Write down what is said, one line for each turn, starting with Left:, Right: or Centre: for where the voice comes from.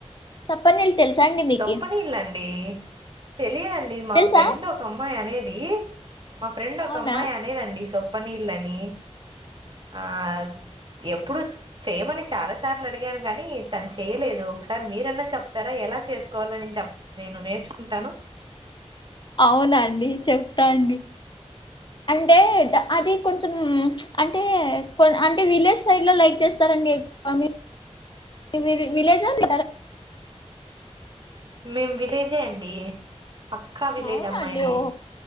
Left: సప్పనీళ్ళు తెలుసా అండి మీకి
Right: సొప్పనీళ్ళ అండి తెలియదండి మా
Left: తెలుసా
Right: ఫ్రెండ్ ఒక అమ్మాయి అనేది మా ఫ్రెండ్
Left: అవునా
Right: కమ్మాయ్ అనేదండి సొ ప్ప నీళ్లని ఆ ఎప్పుడు చేయమని చాలాసార్లు అడిగాను కానీ తను చేయలేదు ఒకసారి మీరన్నా చెప్తారా ఎలా చేసుకోవాల నే చె నేను నేర్చుకుంటాను
Left: అవునా అండి చెప్తా అండి అంటే ద అది కొంచెం అంటే అంటే విలేజ్ సైడ్ లో లైక్ చేస్తారండి ఎ వ మీది విలేజా <inaudible>
Right: మేం విలేజే అండి పక్కా విలేజ్
Left: అవునా
Right: అమ్మాయినే
Left: అండి ఓ